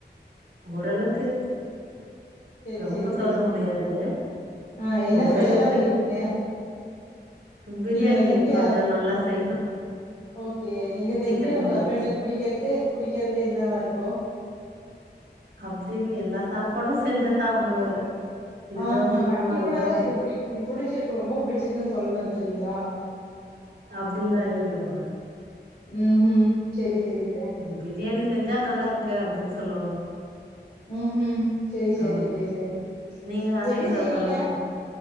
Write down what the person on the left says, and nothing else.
செரி
செரி செரிங்க
ஆ என்ன
ஸ்பெஷலா செய்வீங்க
நீங்க செஞ்சு
ஆது
ஓகே நீங்க செஞ்சி
உங்க
ஹஸ்பண்டுக்கு புடிக்கிறதுக்கு புடிக்கிறது என்னவா இருக்கோ
ம்ஹும்
பர்டிகுலரா
இது புடிக் ம் புடிச்சிருக்கு ரொம்ப புடிச்சிருக்குன்னு சொல்னது இல்லைங்களா
ம்ஹும் செரி செரி செரி
ம்ஹும் செரி செரி
செரி செரி
எப்டி
செய்வீங்க